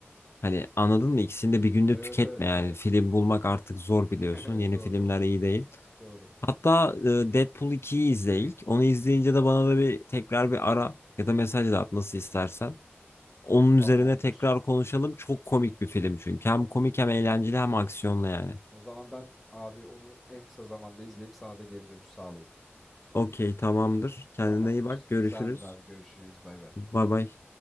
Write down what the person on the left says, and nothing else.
Hani anladın mı? İkisini de bir günde
tüketme
yani.
Film bulmak artık zor biliyorsun.
Yeni
filmler iyi değil.
Hatta e, Deadpool ikiyi izle ilk. Onu izleyince de bana da bir tekrar bir ara ya da mesaj da at nasıl istersen. Onun
üzerine tekrar konuşalım. Çok komik bir film çünkü. Hem komik hem eğlenceli hem aksiyonlu yani.
Okey tamamdır. Kendine
iyi bak. Görüşürüz.
Bay bay.